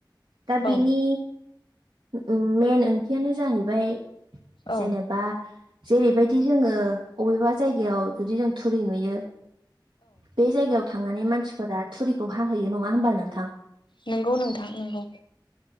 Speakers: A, on the right; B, on the left.
A: दा
B: औ
A: बिनि उम मेन ओंथियानो जाहैबाय
B: औ
A: जेनेबा जेरैबाय जुदि जोङो अबेबा जायगायाव जुदि जों थुरि नुयो बे जायगायाव थांनानै मानसिफोरा थुरिखौ हाहैयो नङा होमबा नों
B: नंगौ नोंथां नंगौ